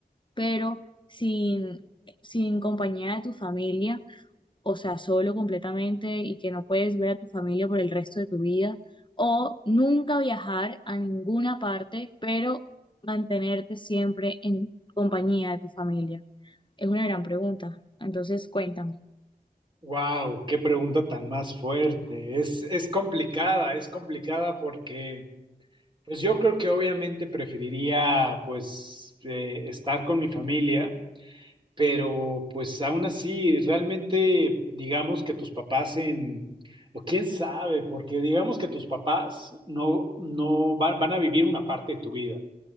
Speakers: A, on the left (about 30°); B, on the right (about 30°).
A: pero sin, sin compañía de tu familia, o sea, solo completamente y que no puedes ver a tu familia por el resto de tu vida, o nunca viajar a ninguna parte, pero mantenerte siempre en compañía de tu familia. Es una gran pregunta. Entonces, cuéntame.
B: Wow, qué pregunta tan más fuerte. Es, es complicada, es complicada porque, pues yo creo que obviamente preferiría, pues, eh, estar con mi familia, pero pues aún así, realmente, digamos que tus papás en, o quién sabe, porque digamos que tus papás no, no van van a vivir una parte de tu vida.